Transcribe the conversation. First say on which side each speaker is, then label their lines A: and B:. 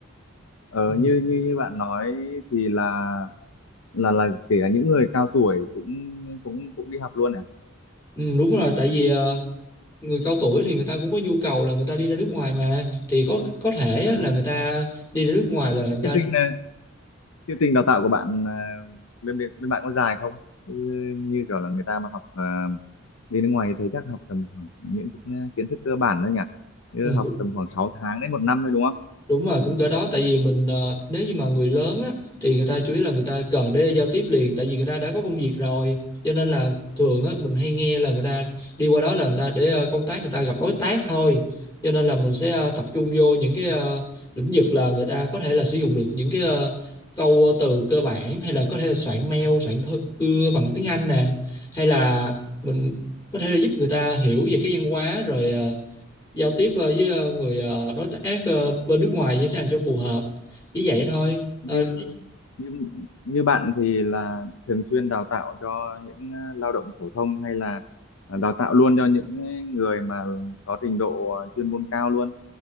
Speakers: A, on the left (about 80°); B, on the left (about 20°).
A: ờ,
B: ừ.
A: như như như bạn nói thì là là là kể cả những người cao tuổi cũng cũng cũng đi học luôn à
B: Ừ, đúng rồi tại vì ờ, người cao tuổi thì người ta cũng có nhu cầu là người ta đi ra nước ngoài mà thì có có thể á,
A: À,
B: là người ta đi ra nước ngoài là người
A: thế
B: ta
A: chương trình ờ, chương trình đào tạo của bạn ờ, bên bên bên bạn có dài không? Như, như kiểu là người ta mà học ờ, đi nước ngoài thì thấy chắc học tầm khoảng những cái à, kiến thức cơ bản thôi nhỉ? Như
B: ừ,
A: học tầm khoảng sáu tháng đến một năm thôi đúng không?
B: đúng rồi cũng cỡ đó tại vì mình ờ, nếu như mà người lớn á thì người ta chủ yếu là người ta cần để giao tiếp liền tại vì người ta đã có công việc rồi cho nên là thường á mình hay nghe là người ta đi qua đó là người ta để ờ, công tác người ta gặp đối tác thôi cho nên là mình sẽ ờ, tập trung vô những cái ờ, lĩnh vực là người ta có thể là sử dụng được những cái ờ, câu từ cơ bản hay là có thể là soạn mail soạn thư thư bằng tiếng Anh nè hay là mình có thể là giúp người ta hiểu về cái văn hóa rồi ờ, giao tiếp ờ, với ờ, người ờ, đối tác ờ, bên nước ngoài như thế nào cho phù hợp chỉ vậy thôi
A: Như
B: Ờ,
A: như như bạn thì là thường xuyên đào tạo cho những ờ, lao động phổ thông hay là ờ, đào tạo luôn cho những người mà có trình độ ờ, chuyên môn cao luôn?